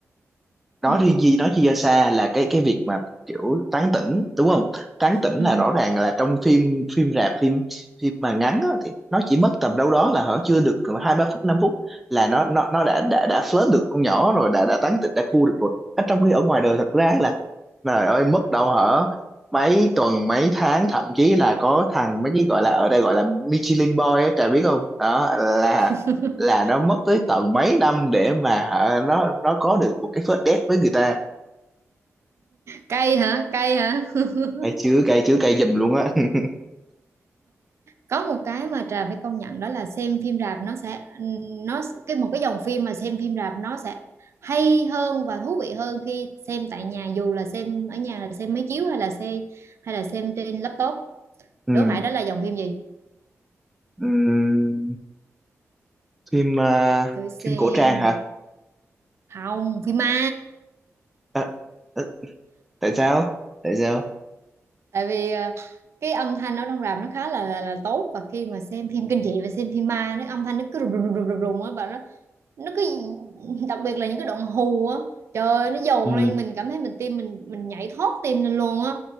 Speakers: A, in the centre; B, on the right.
A: nói
B: ừ,
A: riêng gì nói chi do xa là cái cái việc mà kiểu tán tỉnh đúng không tán tỉnh
B: ừ.
A: là rõ ràng là trong phim phim rạp phim phim mà ngắn á, thì nó chỉ mất tầm đâu đó là hở chưa được hai ba phút năm phút là nó nó nó đã đã đã flirt được con nhỏ rồi đã đã tán tỉnh đã cua được rồi ở trong khi ở ngoài đời thật ra là Trời ơi mất đâu hả? Mấy tuần, mấy tháng thậm chí là có thằng mấy cái gọi là ở đây gọi là Michelin Boy á, trời biết không? Đó là
B: <laughs>
A: là nó mất tới tận mấy năm để mà hả, nó nó có được một cái first date với người ta.
B: cay hả cay hả <laughs>
A: Cay chứ, cay chứ, cay giùm luôn á. <laughs>
B: có một cái mà Trà phải công nhận đó là xem phim rạp nó sẽ nó cái một cái dòng phim mà xem phim rạp nó sẽ hay hơn và thú vị hơn khi xem tại nhà dù là xem ở nhà là xem máy chiếu hay là xem hay là xem trên laptop
A: Ừ.
B: Đố Hải đó là dòng phim gì
A: Ừ. Phim ờ,
B: thử
A: phim
B: xem
A: cổ trang hả?
B: không phim ma
A: Ờ, ờ, tại sao? Tại sao?
B: tại vì ờ, cái âm thanh ở trong rạp nó khá là, là là tốt và khi mà xem phim kinh dị và xem phim ma nó âm thanh nó cứ rùng rùng rùng rùng rùng á và nó nó cứ <laughs> đặc biệt là những cái đoạn hù á trời ơi, nó dồn
A: Ừ.
B: lên mình cảm thấy mình tim mình mình nhảy thót tim lên luôn á